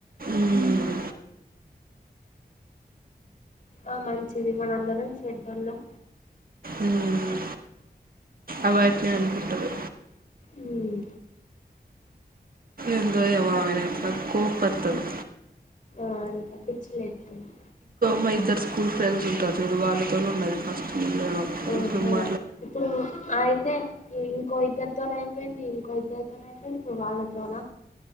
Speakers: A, on the right; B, on the left.
A: మ్మ్
B: ఆ మంచిది మనందరం చెడ్డోల్లం
A: మ్మ్ అవట్లే అంకుట్టది
B: ఉమ్
A: ఎందోయో బాబు ఒకసారి కోప్మొత్తది
B: అంక పిచ్చి లేత్తుంది
A: మా ఇద్దరు స్కూల్ ఫ్రెండ్స్ ఉంటారు చూడు వాళ్ళతోనే ఉన్నది ఫస్ట్ ను
B: ఓహో
A: ఇప్పుడు మ
B: ఇప్పుడు అయితే ఇంకో ఇద్దరితోనే అయిపోయింది ఇంకో ఇద్దరు <unintelligible> వాళ్ళ తోనా